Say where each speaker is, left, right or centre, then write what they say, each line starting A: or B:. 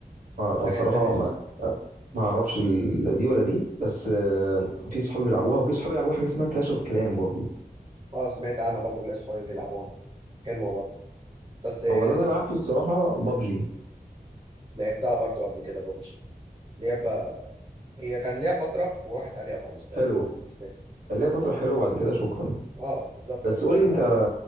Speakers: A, on the right (about 60°); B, on the right (about 35°).
A: أه
B: لكن
A: الصراحة
B: التانية
A: ما اعرفش ال- لا دي ولا دي بس آه، في صحابي بيلعبوها وفي صحابي بيلعبوا حاجه اسمها كلاش اوف كلان برضو
B: اه سمعت عنها برضه ليا اصحابي بيلعبوها حلوه برضه بس آه،
A: هو اللي انا لعبته الصراحه بابجي
B: لعبتها برضه قبل كده ببجي لعبة هي كان ليها فتره وراحت عليها خلاص تقريبا
A: حلوه
B: بالنسبه لي
A: كان ليا فتره حلوه بعد كده شكرا
B: اه بالظبط
A: بس
B: يعني
A: قول
B: كان
A: لي انت
B: آه،